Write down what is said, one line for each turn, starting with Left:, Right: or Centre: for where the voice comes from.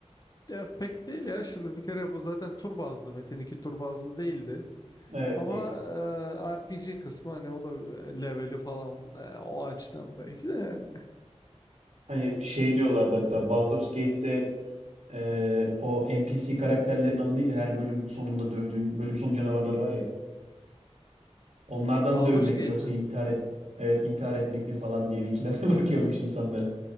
Left: Ya pek değil ya şimdi bir kere bu zaten tur bazlı Metin iki tur bazlı değildi.
Right: Evet
Left: Ama
Right: değil.
Left: e, RPG kısmı hani o da e, leveli falan e, o açıdan belki de yani.
Right: Hani şey diyorlardı hatta Baldur's Gate'te e, o NPC karakterlerin adı neydi? Her bölüm sonunda dövdüğün, bölüm sonu canavarları var ya. Onlardan
Left: Baldur's
Right: dövmek
Left: Gate'te
Right: mi yoksa
Left: mi?
Right: intihar et evet intihar etmek mi falan diye bir ikileme <laughs> bırakıyormuş insanları.